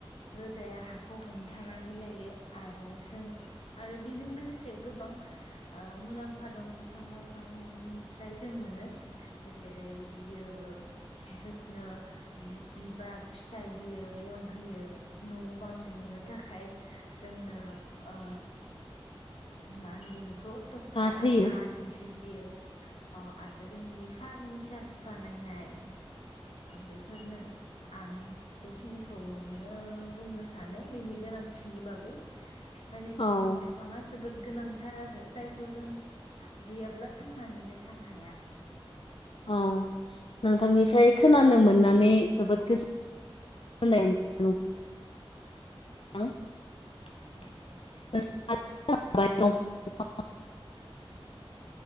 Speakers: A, on the left (about 85°); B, on the left (about 65°).
A: रोदाया हाखौ हमथानानै लायो आरो जों आरो बेजों लोगोसे गोबां मुलाम्फा दं बिफां लाइफांनिफ्राय जों मोनो जेरै बियो जोंनो बिबार फिथाइ होयो बन होयो न' बां लुनो थाखाय जोंनो ओ आ मा होनगोननिखौ थकथा
B: गाथोयो
A: काट बिदि होयो अ आरो जोंनि फारनिचार्स बानायनाय बेफोरनो आं बेखिनिखौनो बुंनो सानो बिनि गोनांथि नि बागै माने बिफां
B: औ
A: लाइफाङा जोबोद गोनांथार आरो जायखौ जों गैयाब्ला थांनानैनो थानो हाया।
B: औ नोंथांनिफ्राय
A: औ
B: खोनानो मोननानै जोबोद गोजोननाय <unintelligible> थां
A: <inaudible>
B: <unintelligible> <unintelligible>